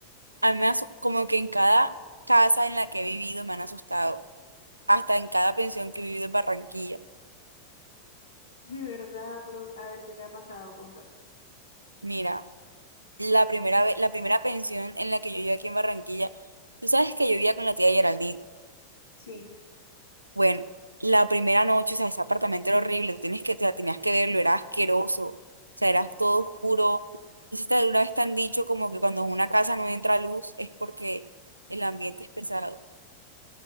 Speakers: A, on the right (about 80°); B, on the left (about 65°).
A: a mí me asu- como que en cada casa en la que he vivido me han asustado, hasta en cada pensión que he vivido en Barranquilla.
B: De verdad, pero a ver, ¿qué te ha pasado? Cuéntame.
A: Mira, la primera vez, la primera pensión en la que yo viví aquí en Barranquilla, tú sabes que yo vivía con la tía Geraldine.
B: Sí,
A: Bueno, la primera noche, o sea, ese apartamento era horrible, tú tienes que, o sea, tenías que verlo, era asqueroso, o sea, era todo oscuro. Entonces, de una vez te han dicho como que cuando en una casa no entra luz es porque el ambiente es pesado.